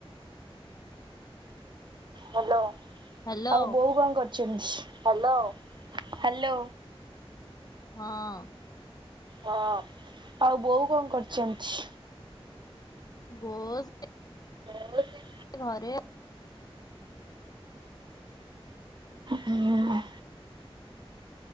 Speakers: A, on the right; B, on the left.
A: ହଲୋ
B: ହ୍ୟାଲୋ
A: ଆଉ ବୋଉ କଣ କରୁଚି? Hello hello.
B: ହଁ।
A: ହଁ। ଆଉ ବୋଉ କଣ କରିଚନ୍ତି?
B: <unintelligible>
A: <unintelligible>
B: ଘରେ
A: ହୁଁ।